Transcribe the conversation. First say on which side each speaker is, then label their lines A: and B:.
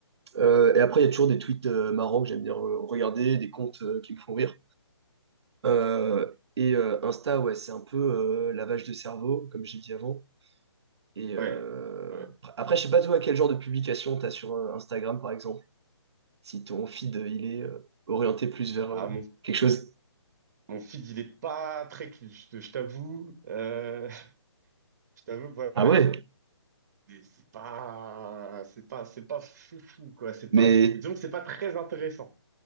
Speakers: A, on the right; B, on the right.
A: Euh, et après, il y a toujours des tweets euh, marrants que j'aime bien re- regarder, des comptes euh, qui me font rire. Euh, et euh, Insta, ouais, c'est un peu euh, lavage de cerveau, comme j'ai dit avant. Et euh,
B: ouais. ouais.
A: après, je sais pas toi quel genre de publication t'as sur euh, Instagram, par exemple, si ton feed euh, il est euh, orienté plus vers
B: Ah,
A: euh, quelque chose.
B: Mon feed, il est pas très clean, je, te- je t'avoue. Euh, <laughs> je t'avoue que voilà,
A: Ah ouais?
B: j'ai des- c'est pas, c'est pas, c'est pas fou, fou quoi. C'est
A: Mais
B: pas, disons que c'est pas très intéressant